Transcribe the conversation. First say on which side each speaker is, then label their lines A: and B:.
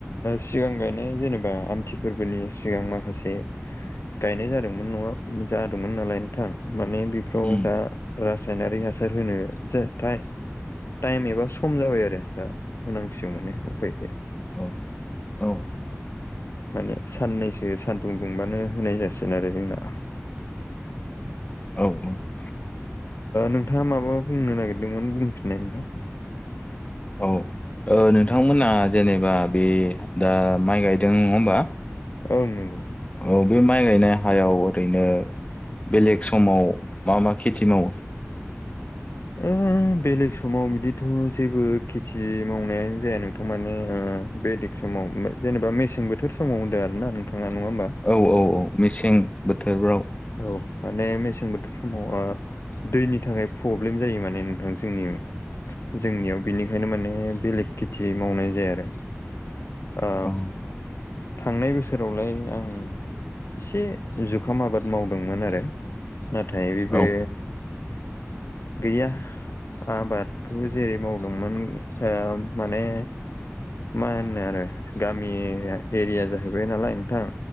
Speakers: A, on the left; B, on the left.
A: सिगां गायनाय जेनेबा आमथि फोरबोनि सिगां माखासे गायनाय जादोंमोन नङा जादोंमोन नालाय नोंथां माने बेफोराव
B: उम
A: दा रासायनारि हासार होनो जथाय टाइम एबा सम जाबाय आरो दा होनांसिगौ माने उफाय गैया।
B: औ औ।
A: माने साननैसो सानदुं दुंबानो होनाय जासिगोन आरो जोंना।
B: औ। औ
A: नोंथाङा माबा बुंनो नागिरदोंमोन बुंफिननाय नोंथां।
B: औ ओ नोंथांमोना जेनेबा बे दा माइ गायदों नङा होमबा?
A: औ नंगौ।
B: औ बे माइ गायनाय हायाव ओरैनो बेलेग समाव मा मा खेथि मावो।
A: ओ। बेलेग समाव बिदिथ' जेबो खेथि मावनायानो जाया नोंथां माने बे समाव जेनेबा मेसें बोथोर समाव होन्दों आर ना नोंथाङा नङा होमबा?
B: औ औ औ मेसें बोथोरफ्राव
A: औ माने मेसें बोथोर समाव दैनि थाखाय प्रब्लेम जायो माने नोंथां जोंनि जोंनियाव बिनिखायनो माने बेलेग खेथि मावनाय जाया आरो। ओ
B: औ
A: थांनाय बोसोरावलाय आं इसे जुखाम आबाद मावदोंमोन आरो नाथाय बे
B: औ
A: गैया आबादखौ जेरै मावदोंमोन ओ माने मा होननो आरो गामि एरिया जाहैबाय नालाय नोंथां